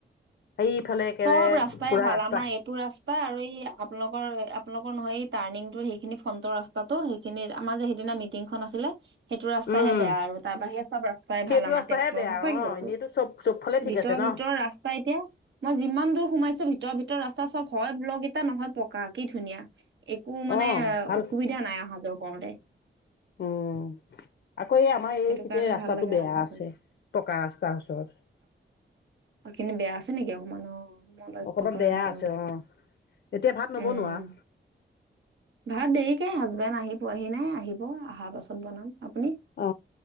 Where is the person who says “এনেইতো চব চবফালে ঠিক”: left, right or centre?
Left